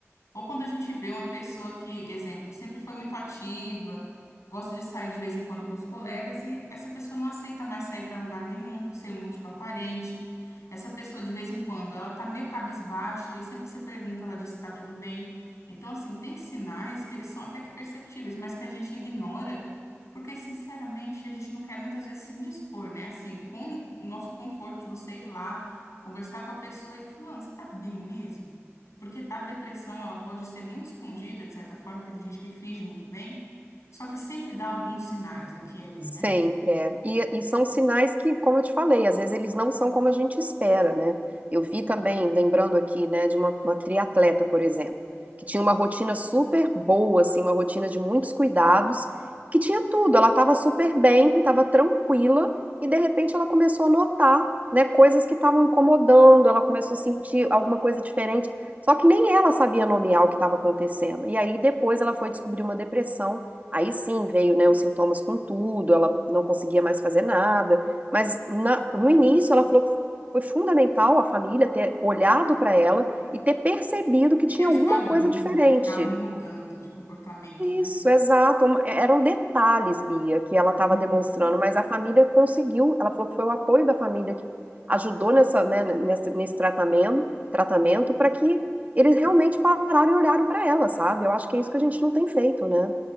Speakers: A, on the left; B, on the right.
A: Ou quando a gente vê uma pessoa que, exemplo, sempre foi muito ativa, gosta de sair de vez em quando com os colegas e essa pessoa não aceita mais sair para lugar nenhum, sem um motivo aparente. Essa pessoa de vez em quando, ela tá meio cabisbaixa e sempre que você pergunta, ela diz que tá tudo bem. Então, assim, tem sinais que eles são até que perceptíveis, mas que a gente ignora, porque sinceramente, a gente não quer muitas vezes se indispor, né? Assim, com o nosso conforto de você ir lá, conversar com a pessoa e fulano, você tá bem mesmo? Porque a depressão, ela pode ser muito escondida, de certa forma, porque tem gente que finge muito bem, só que sempre dá alguns sinais aqui e ali,
B: Sempre
A: né?
B: é. E, e são sinais que, como eu te falei, às vezes eles não são como a gente espera, né? Eu vi também, lembrando aqui, né, de uma, uma triatleta, por exemplo, que tinha uma rotina super boa, assim, uma rotina de muitos cuidados, que tinha tudo. Ela estava super bem, estava tranquila, e de repente ela começou a notar, né, coisas que estavam incomodando, ela começou a sentir alguma coisa diferente. Só que nem ela sabia nomear o que estava acontecendo. E aí depois ela foi descobrir uma depressão Aí sim veio, né, os sintomas com tudo, ela não conseguia mais fazer nada, mas na- no início ela falou que foi fundamental a família ter olhado para ela e ter percebido que
A: Pequenos
B: tinha alguma
A: padrões,
B: coisa diferente.
A: né, que estavam mudando de comportamento, né?
B: Isso, exato. Um- Eram detalhes, Bia, que ela estava
A: Uhum.
B: demonstrando, mas a família conseguiu. Ela falou que foi o apoio da família que ajudou nessa, né, nesse, nesse tratamento, tratamento para que eles realmente pararam e olharam para ela, sabe? Eu acho que é isso que a gente não tem feito, né?